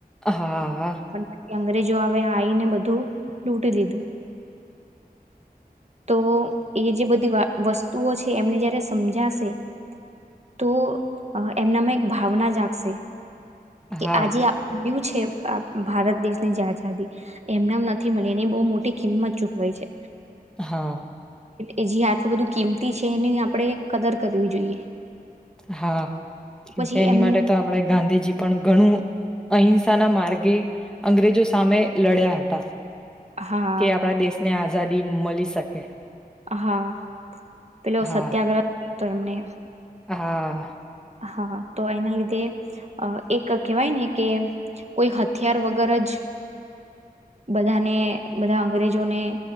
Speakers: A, in the centre; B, on the right.
A: હા હા
B: પણ પછી અંગ્રેજો આવે આવીને બધું લૂટી દીધું તો એ જે બધી વસ્તુઓ છે એમને જયારે સમજાશે તો એમનામાં એક ભાવના જાગશે કે
A: હા
B: આજે આપ મળ્યું છે ભારત દેશની જે આઝાદી એમને નથી મળી એની બહુ મોટી કિંમત ચૂકવાઈ છે
A: હા
B: એ જે આટલું બધું કિંમતી છે એની આપણે કદર કરવી જોઈએ
A: હા કેમકે
B: પછી
A: એની
B: એમને
A: માટે તો આપણે ગાંધીજી પણ ઘણું અહિંસાના માર્ગે અંગ્રેજો સામે લડ્યા હતા.
B: હા
A: કે આપણા દેશને આજ. ઝદી મળી શકે
B: હા પેલો
A: હા
B: સત્યાગ્રહ તો એમને
A: હા.
B: હા તો એના લીધે એક કેહેવાય ને કે કોઈ હથિયાર વગર જ બધાને બધા અંગ્રેજોને